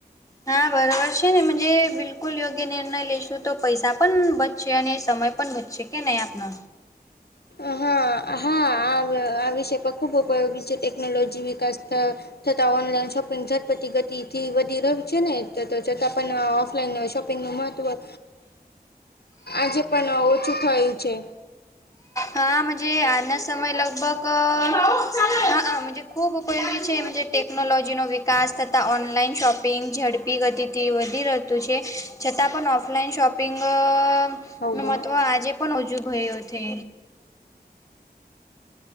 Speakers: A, on the left; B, on the left.
A: હા બરાબર છે ને એમ જે બિલકુલ યોગ્ય નિર્ણય લઈશું તો પૈસા પણ બ છે અને સમય પણ વધશે કે નહીં આપનો.
B: અહા હા હા આ વિષે પ ખૂબ ઉપયોગી છે ટેકનોલોજી વિકાસ ત થતા ઓનલાઈન શોપિંગ ઝટપતિ ગતિથી વધી ર છે ને તો તો છતાં પણ ઓફલાઈન શોપિંગ નું મહત્વ <inaudible> આજે પણ ઓછું થયું છે.
A: હા મુજે આના સમય લગભગ અ હ હા મુજે ખૂબ ઉપયોગી છે મજે ટેકનોલોજીનો વિક કાસ થતા ઓનલાઈન શોપિંગ ઝડપી ગતિથી વધી રહતું છે છતાં પણ ઓફલાઈન શોપ પિંગ અ
B: હવ
A: નું મહત્વ આજે પણ ઓજું ભયું થે